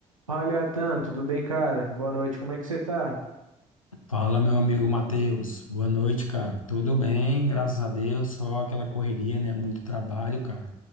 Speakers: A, on the right (about 80°); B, on the left (about 85°).
A: Fala, Atan, tudo bem, cara? Boa noite, como é que você tá?
B: Fala, meu amigo Matheus. Boa noite, cara. Tudo bem, graças a Deus. Só aquela correria, né? Muito trabalho, cara.